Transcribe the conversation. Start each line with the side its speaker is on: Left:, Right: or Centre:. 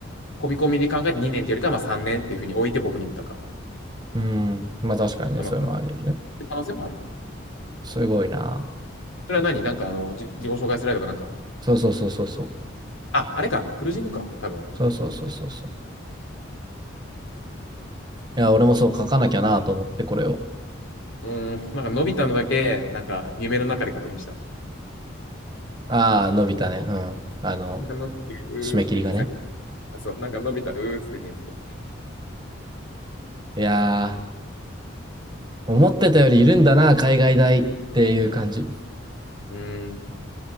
Left: 込み込みで考えて2年っていうよりかは、まあ3年っていうふうに置いて僕に言ったか。
Right: ー。うん。まあ確かにね、
Left: その
Right: それもあり得るね。
Left: 可能性もある。
Right: すごいな
Left: それは何なんかあの、じ自己紹介スライドかなんか。
Right: そうそうそうそうそう。
Left: あ、あれか。クルージングか。多分。
Right: そうそうそうそうそう。いや、俺もそう書かなきゃなと思って、これを。
Left: うん、なんか、伸びたのだけ、なんか、夢の中で確認した。
Right: ああ、伸びたね。うん。あの、
Left: なんか、のび太、うーって言って叫ぶ。
Right: 締め切りがね。
Left: あそう、なんか、伸びたうーって言ってた。
Right: いやー、思ってたよりいるんだな、海外大っていう感じ。
Left: うーん、